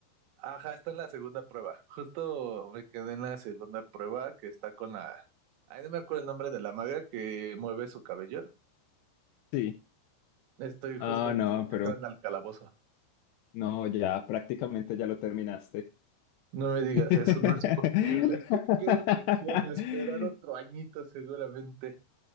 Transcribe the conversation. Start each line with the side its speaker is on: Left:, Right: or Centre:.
Right: Ajá, está en la segunda prueba. Justo me quedé en la segunda prueba que está con la... Ay, no me acuerdo el nombre de la maga que mueve su cabello.
Left: Sí.
Right: Estoy justo
Left: Ah, no, pero
Right: entrando al calabozo.
Left: no, ya prácticamente ya lo terminaste.
Right: No me digas
Left: <laughs>
Right: eso, no es posible. Qué, qué depresión, a esperar otro añito seguramente.